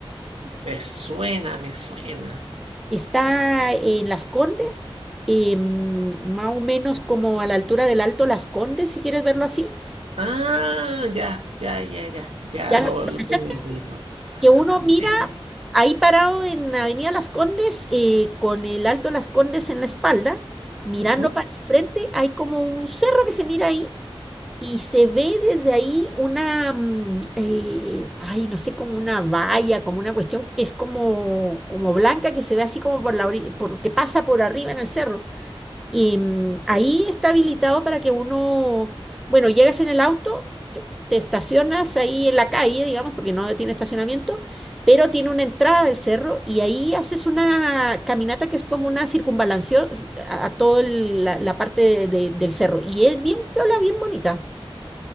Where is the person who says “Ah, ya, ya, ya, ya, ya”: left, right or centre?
Right